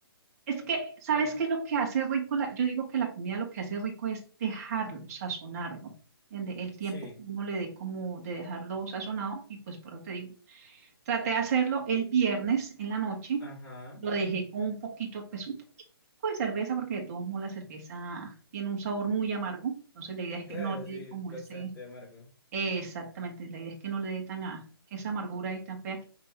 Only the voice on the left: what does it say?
el,
sí,
ajá,
claro,
sí,
es
bastante
amargo,